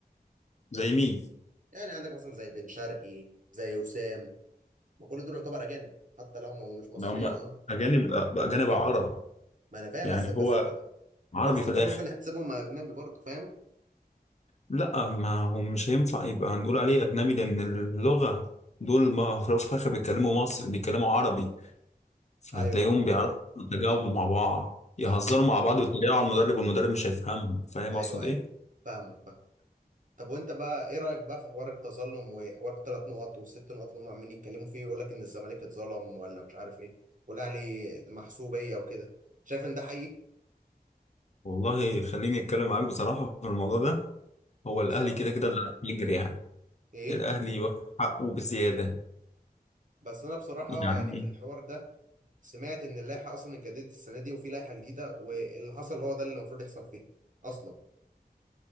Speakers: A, on the left (about 45°); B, on the right (about 50°).
A: زي مين؟
B: يعني عندك مثلا زي بن شرقي زي وسام ما كل دول يعتبر اجانب حتى لو هم مش مصريين
A: إن هم
B: اه
A: اجانب
B: هم-
A: اجانب عرب
B: ما انا فاهم
A: يعني
B: بس بس
A: هو عربي
B: بس
A: في
B: برضه
A: الآخر
B: ممكن نحسبهم اجنبي برضه فاهم
A: لا ما هو مش هينفع يبقى هنقول عليه أجنبي لأن اللغة دول ما في الأول وفي الآخر بيتكلموا مصري بيتكلموا عربي
B: ايوه
A: هتلاقيهم
B: ايوه
A: بيعرفوا يتجاوبوا مع بعض
B: فاهمك
A: يهزروا مع بعض ويتريقوا على المدرب والمدرب مش هيفهمهم فاهم
B: ايوه
A: أقصد
B: ايوه
A: إيه؟
B: فاهمك فاهم طب وانت بقى ايه رايك بقى في حوار التظلم وحوار الثلاث نقط والست نقط اللي هم عمالين يتكلموا فيه ويقول لك ان الزمالك اتظلم ولا مش عارف ايه والاهلي محسوبيه وكده شايف ان ده حقيقي
A: والله خليني أتكلم معاك بصراحة في الموضوع ده
B: قول
A: هو الأهلي
B: بصراحه
A: كده كده اللي هيجري يعني
B: ايه
A: الأهلي واخد حقه بزيادة
B: بس انا بصراحه
A: يعني
B: يعني في الحوار ده سمعت ان اللائحه اصلا اتجددت السنه دي وفي لائحه جديده واللي حصل هو ده اللي المفروض يحصل فيها اصلا